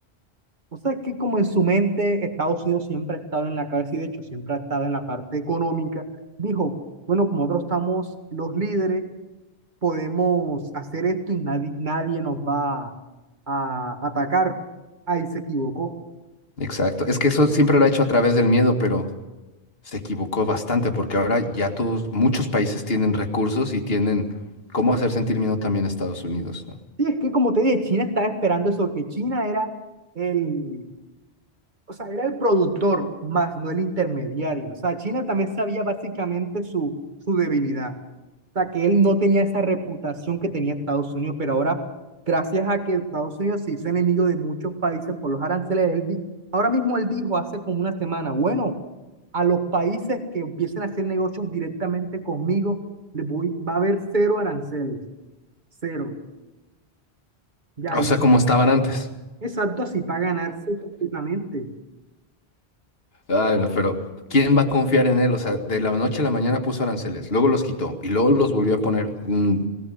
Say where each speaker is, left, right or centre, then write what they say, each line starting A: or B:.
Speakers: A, on the right; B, on the left.
A: O sea, es que como en su mente Estados Unidos siempre ha estado en la cabeza y de hecho siempre ha estado en la parte económica, dijo, bueno, como nosotros estamos los líderes, podemos hacer esto y nadie, nadie nos va a atacar. Ahí se equivocó.
B: Exacto. Es que eso siempre lo ha hecho a través del miedo, pero se equivocó bastante porque ahora ya todos, muchos países tienen recursos y tienen cómo hacer sentir miedo también a Estados Unidos, ¿no?
A: Sí, es que como te dije, China estaba esperando eso, que China era el, o sea, era el productor más, no el intermediario. O sea, China también sabía básicamente su, su debilidad. sea, que él no tenía esa reputación que tenía Estados Unidos, pero ahora, gracias a que Estados Unidos se hizo enemigo de muchos países por los aranceles, él di- ahora mismo él dijo hace como una semana, bueno, a los países que empiecen a hacer negocios directamente conmigo, les voy, va a haber cero aranceles, cero. Ya ahí,
B: O sea, como estaban antes.
A: exacto, así para ganarse completamente.
B: Ay, no, pero ¿quién va a confiar en él? O sea, de la noche a la mañana puso aranceles, luego los quitó y luego los volvió a poner. Mm,